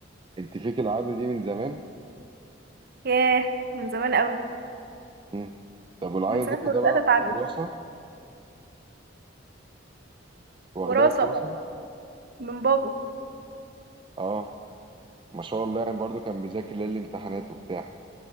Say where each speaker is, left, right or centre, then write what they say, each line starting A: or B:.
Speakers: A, on the right; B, on the right.
A: انت فيك العاده دي من زمان
B: ياه من زمان قوي
A: امم طب والعاده
B: من ساعه
A: دي
B: ما
A: واخدها
B: بدات
A: بقى
B: اتعلم
A: وراثه واخدها
B: وراثه
A: وراثه
B: بقى من بابا
A: اه ما شاء الله يعني برضو كان بيذاكر ليالي الامتحانات وبتاع